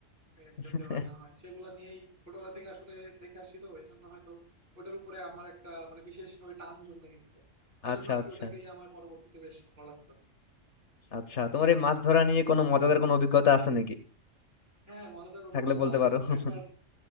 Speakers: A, on the right; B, on the left.
A: এ,
B: <laughs>
A: খেলতে হয় না হয় সেগুলো নিয়েই ছোটবেলা থেকে আসলে দেখে আসছি তো এই জন্য হয়তো ওটার উপরে আমার একটা মানে বিশেষভাবে টান জন্মে গেছিল এজন্য
B: আচ্ছা
A: আর
B: আচ্ছা
A: কি ওটাকেই আমার পরবর্তীতে বেশ ভালো লাগতো আর কি
B: আচ্ছা তোমার এই মাছ ধরা নিয়ে কোনো মজাদার কোনো অভিজ্ঞতা আছে নাকি
A: হ্যাঁ মজাদার অভিজ্ঞতা
B: থাকলে বলতে
A: তো আছেই
B: পারো <laughs>
A: একবার